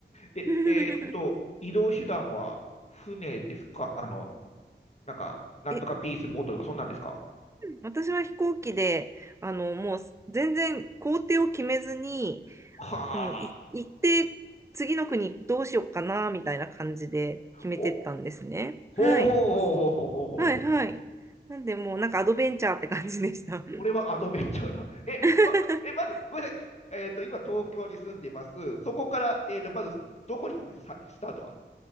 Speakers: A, on the left; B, on the right.
A: え、
B: <laughs>
A: えーっと、移動手段は船ですかあの、なんか、なんとかピースボートとか、
B: え
A: そんなんですか
B: 私は飛行機で、あの、もう全然行程を決めずに、
A: はあ。
B: もうい行って次の国どうしようかな、みたいな感じで決めてったんですね。
A: お、ほうほうほうほうほうほうほうほう。
B: はい。はいはい。なんでもうなんかアドベンチャーって感じでした。
A: これはアドベンチャーだ。<laughs> え、
B: <laughs>
A: ま、え、まず、ごめんなさい。えっ、と、今、東京に住んでます。そこから、えっ、と、まず、どこに行きましたさスタートは。